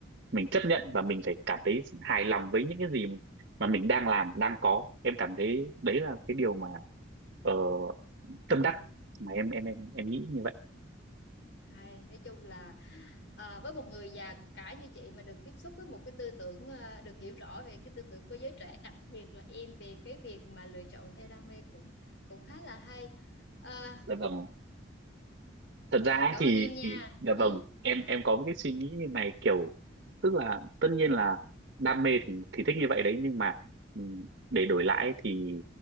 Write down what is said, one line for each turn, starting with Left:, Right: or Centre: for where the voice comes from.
Right: mình chấp nhận và mình phải cảm thấy hài lòng với những cái gì mà mình đang làm đang có em cảm thấy đấy là cái điều mà ờ, tâm
Left: ừ
Right: đắc mà em em em em nghĩ như vậy
Left: Hay, nói chung là à, với một người già cả như chị mà được tiếp xúc với một cái tư tưởng à, được hiểu rõ về cái tư tưởng của giới trẻ đặc biệt là em về cái việc mà lựa chọn theo đam mê cũng cũng khá là hay. À,
Right: dạ vâng thật ra ấy
Left: cảm
Right: thì
Left: ơn em nha.
Right: thì dạ
Left: Ừ,
Right: vâng em
Left: sao?
Right: em có một cái suy nghĩ như này kiểu tức là tất nhiên là đam mê thì thì thích như vậy đấy nhưng mà ừm, để đổi lại ấy thì